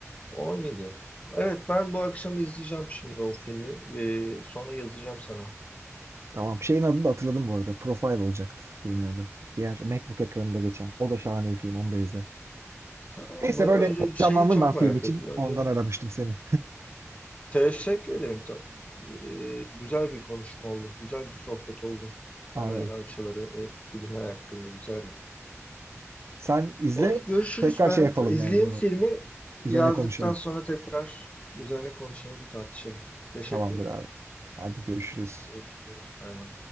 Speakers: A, on the left; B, on the right.
A: 17. Evet ben bu akşam izleyeceğim şimdi o filmi. Ee, sonra yazacağım sana.
B: Tamam. Şeyin adını da hatırladım bu arada. Profile olacaktı filmin adı. Diğer MacBook ekranında geçen. O da şahane bir film. Onu da izle.
A: Tamam
B: Neyse
A: mı?
B: böyle
A: Önce şeyi
B: canlandım
A: çok
B: ben film
A: merak
B: için.
A: ettim. Önce
B: Ondan aramıştım seni.
A: teşekkür ederim. Ta- Ee, güzel bir konuşma oldu. Güzel bir sohbet oldu.
B: Aynen.
A: Kamera açıları ve filmler hakkında güzeldi.
B: Sen izle.
A: Olur görüşürüz.
B: Tekrar
A: Ben
B: şey yapalım
A: izleyeyim
B: yani bunu.
A: filmi.
B: Üzerine
A: Yazdıktan
B: konuşalım.
A: sonra tekrar üzerine konuşalım, tartışalım. Teşekkür
B: Tamamdır
A: ettim.
B: abi. Hadi görüşürüz.
A: Görüşürüz. Bay bay.